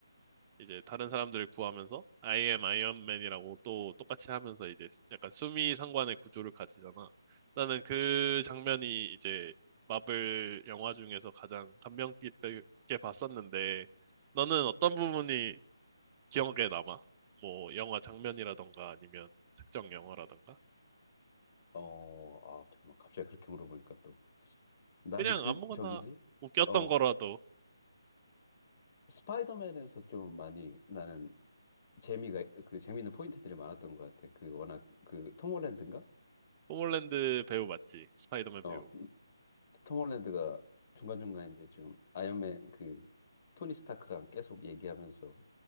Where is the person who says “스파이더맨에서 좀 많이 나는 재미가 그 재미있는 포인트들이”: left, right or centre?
Left